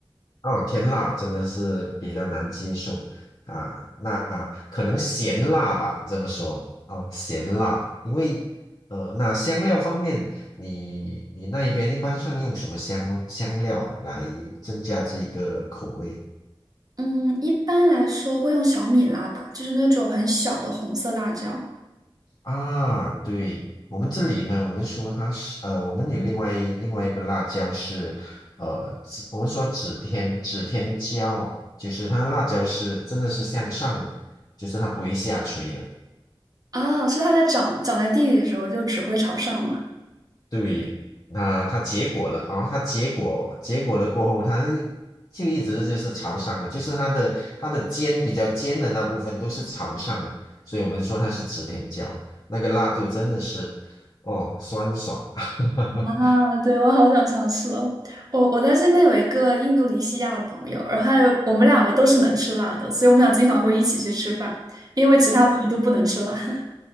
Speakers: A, on the left (about 45°); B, on the right (about 40°).
A: 哦，甜辣真的是比较难接受啊。那可能咸辣吧，这么说哦，咸辣。因为呃，那香料方面，你你那一边一般上用什么香香料啊，来增加这个口味？
B: 嗯，一般来说会用小米辣吧，就是那种很小的红色辣椒。
A: 啊，对，我们这里呢，我们说它是呃，我们有另外一另外一个辣椒是呃，指我们说指天指天椒啊，就是它的辣椒是真的是向上的，就是它不会下垂的。
B: 啊，是它在长长在地里的时候就只会朝上嘛。
A: 对，那它结果了啊，它结果结果了过后，它就一直就是朝上的，就是它的它的尖比较尖的那部分都是朝上的，所以我们说它是指天椒，那个辣度真的是哦酸爽。<laughs>
B: 啊，对，我好想尝试哦。我我在这边有一个印度尼西亚的朋友，然后还有我们两个都是能吃辣的，所以我们俩经常会一起去吃饭，因为其他朋友都不能吃辣。<laughs>